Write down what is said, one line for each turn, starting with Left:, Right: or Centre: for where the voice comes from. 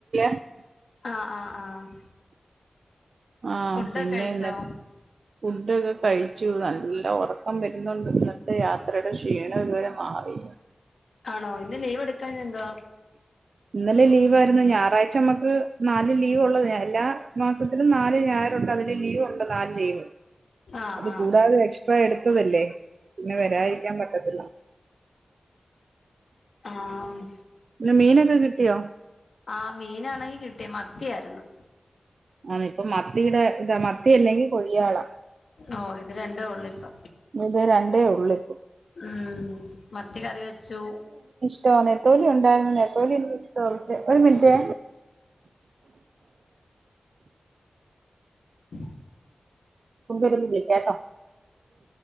Right: <unintelligible>
Left: ആഹ് ആഹ് ആഹ്
Right: ആ
Left: ഫുഡൊക്കെ
Right: പിന്നെ
Left: കഴിച്ചോ
Right: ഇന്നത്തെ ഫുഡൊക്കെ കഴിച്ചു നല്ല ഉറക്കം വരുന്നുണ്ട് ഇന്നത്തെ യാത്രയുടെ ക്ഷീണം ഇതുവരെ മാറിയില്ല
Left: ആണോ ഇന്ന് ലീവ് എടുക്കാഞത് എന്താ
Right: ഇന്നലെ ലീവ് ആയിരുന്നു ഞായറാഴ്ച നമ്മക്ക് നാല് ലീവ്ള്ളത് എല്ലാ മാസത്തിലും നാല് ഞായറുണ്ട് അതില് ലീവുണ്ട് നാല് ലീവ്
Left: ആഹ്
Right: അത്
Left: ആഹ്
Right: കൂടാതെ എക്സ്ട്ര എടുത്തതല്ലേ പിന്നെ വരാതിരിക്കാൻ പറ്റത്തില്ല
Left: ആഹ്
Right: പിന്നെ മീനൊക്കെ കിട്ടിയോ
Left: ആഹ് മീനാണെങ്കി കിട്ടിയ മത്തിയായിരുന്നു
Right: ആ ഇപ്പം മത്തിയുടെ ഇതാ മത്തി അല്ലെങ്കിൽ കൊഴിയളാ
Left: ഓഹ് ഇത് രണ്ടെ ഒള്ളൂ ഇപ്പൊ
Right: ഇത് രണ്ടേ ഒള്ളിപ്പോ
Left: ഉം മത്തി കറി വെച്ചു
Right: ഇഷ്ടോ നെത്തോലി ഉണ്ടായിരുന്നു നെത്തോലി എ ഇഷ്ടോ ഒരു മിനിറ്റ്
Left: ഉ
Right: കൊണ്ടരുന്നില്ലേ കേട്ടോ